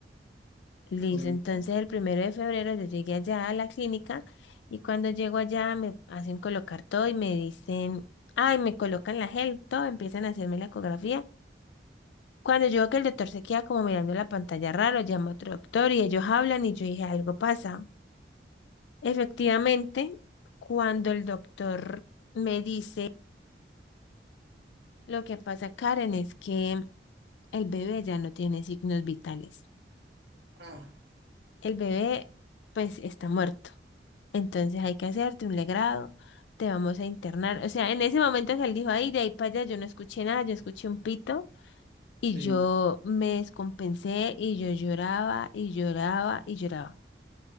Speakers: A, on the left; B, on the right.
A: Listo,
B: correcto.
A: entonces el primero de febrero yo llegué allá a la clínica y cuando llego allá me hacen colocar todo y me dicen, ay, me colocan la gel, todo, empiezan a hacerme la ecografía. Cuando yo veo que el doctor se queda como mirando la pantalla raro, llama a otro doctor y ellos hablan y yo dije, algo pasa. Efectivamente, cuando el doctor me dice Lo que pasa, Karen, es que el bebé ya no tiene signos vitales.
B: Ah,
A: El bebé, pues, está muerto. Entonces hay que hacerte un legrado, te vamos a internar. O sea, en ese momento que él dijo, ay, de ahí para allá, yo no escuché nada, yo escuché un pito y
B: sí,
A: yo me descompensé y yo lloraba y lloraba y lloraba.